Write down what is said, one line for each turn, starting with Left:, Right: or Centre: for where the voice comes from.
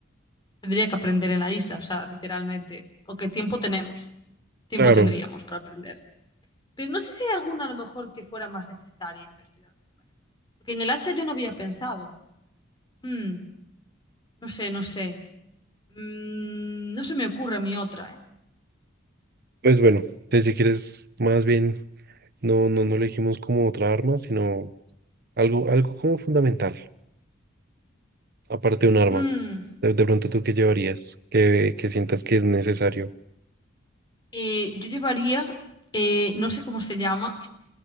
Left: tendría que aprender en la isla, o sea, literalmente. ¿O qué tiempo tenemos? Tiempo
Right: Claro,
Left: tendríamos para aprender. Pero no sé si hay alguna a lo mejor que fuera más necesaria y no me estoy dando cuenta. Porque en el hacha yo no había pensado. Mm, no sé, no sé. Mm, no se me ocurre a mí otra, ¿eh?
Right: pues bueno, pues si quieres, más bien, no, no, no elegimos como otra arma, sino algo, algo como fundamental. Aparte de un arma,
Left: Mm,
Right: de, de pronto tú qué llevarías, que, que sientas que es necesario.
Left: eh, yo llevaría, eh, no sé cómo se llama,